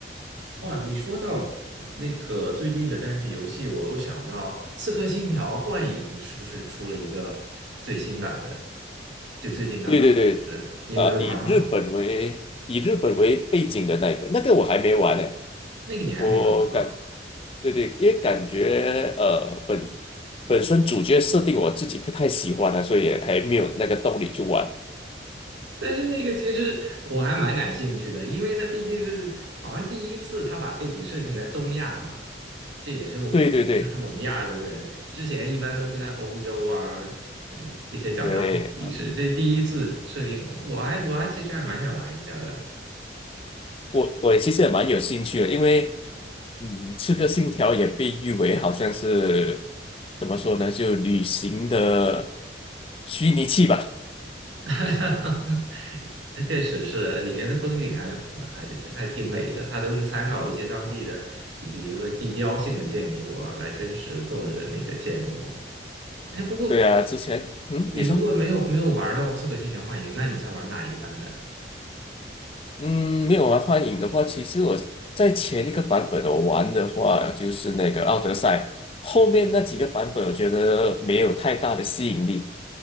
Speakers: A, on the right (about 80°); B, on the left (about 30°).
A: 啊，你说到那个最近的单机游戏，
B: 嗯，
A: 我又想到《刺客信条：幻影》是不是出了一个最新版的？就最近刚刚，
B: 对对对，
A: 呃，你有在玩吗？
B: 呃，以日本为以日本为背景的那个，那个我还没玩呢。
A: 那个你还没玩到，
B: 我感，对对，因为感觉呃本本身主角设定我自己不太喜欢啊，所以还没有那个动力去玩。
A: 但是那个其实我还蛮感兴趣的，因为那毕竟是好像第一次他把背景设定在东亚嘛，这也是我，
B: 对对对
A: 他是我们亚洲人，之前一般都是在欧洲啊，呃那些讲他们的历史，
B: 对啊，
A: 这第一次设定，我还我还其实还蛮想玩一下的。
B: 我我也其实也蛮有兴趣的，因为嗯，《刺客信条》也被誉为好像是怎么说呢，就旅行的虚拟器吧。
A: <laughs> 确实是，里面的风景还蛮还还挺美的，它都是参考一些当地的，你比如说地标性的建筑啊，来真实做的那个建模。哎，不过
B: 对啊，之前嗯，
A: 你如果没有没有玩到《刺客信条：
B: 你说
A: 幻影》，那你在玩哪一个版本
B: 嗯，没有玩幻影的话，其实我在前一个版本我玩的话就是那个《奥德赛》，后面那几个版本我觉得没有太大的吸引力，